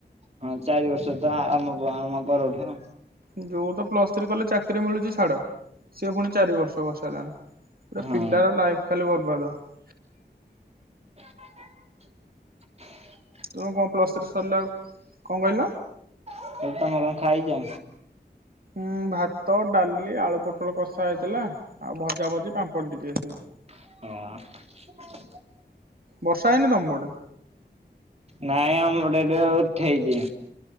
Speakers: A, on the right; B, on the right.
A: ହଁ ଚାରି ବର୍ଷ ତ ଆମ ଆମ ପରଠୁ।
B: ଯୋଉ ତ ପ୍ଲସ୍ ଥ୍ରୀ କଲେ ଚାକିରି ମିଳୁଛି ଛାଡ ସିଏ ପୁଣି ଚାରି ବର୍ଷ କରି ସରିଲାଣି। ପୁରା
A: ହଁ
B: ପିଲାର ଲାଇଫ ଖାଲି ବରବା <unintelligible>
A: <inaudible>
B: ତମ କଣ ପ୍ଲସ ଥ୍ରୀ ସରିଲା ଆଉ କଣ କହିଲ?
A: ଆଉ ତମେ କଣ ଖାଇଛ?
B: ଉଁ ଭାତ ଡାଲି ଆଳୁ ପୋଟଳ କଷା ହେଇଥିଲା ଆଉ ଭଜା ଭଜି ପାମ୍ପଡ଼ ଟିକେ ହେଇଥିଲା।
A: ହଁ।
B: ବର୍ଷା ହେଇନି ତମ ପଟେ।
A: ନାଇଁ ଆମ ପଟେ ଏବେ ଉଠେଇଛି।